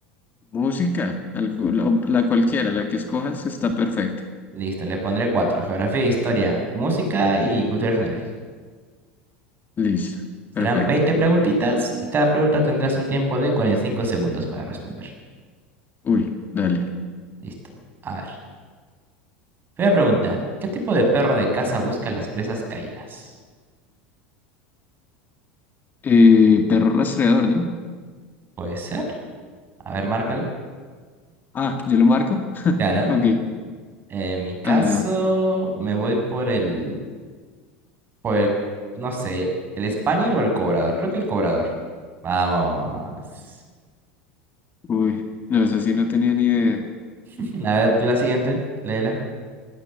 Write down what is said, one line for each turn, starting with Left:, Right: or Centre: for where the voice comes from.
Left: música, algo, la, la cualquiera, la que escojas está perfecta.
Right: Listo, le pondré cuatro. Geografía, historia, música y cultura general.
Left: Listo,
Right: Serán
Left: perfecto.
Right: 20 preguntitas y cada pregunta tendrás un tiempo de cuarenta y cinco segundos para responder.
Left: Uy, dale.
Right: Listo. A ver. Primera pregunta, ¿qué tipo de perro de caza busca las presas caídas?
Left: Eh, perro rastreador, ¿no?
Right: Puede ser. A ver, márcalo.
Left: Ah, ¿yo lo marco? <laughs>
Right: Claro.
Left: Ok.
Right: En mi caso,
Left: Ay, no.
Right: me voy por el, por el, no sé, el español o el cobrador. Creo que el cobrador. Vamos.
Left: Uy, no, eso sí no tenía ni idea.
Right: <laughs> A ver, tú la siguiente, léela.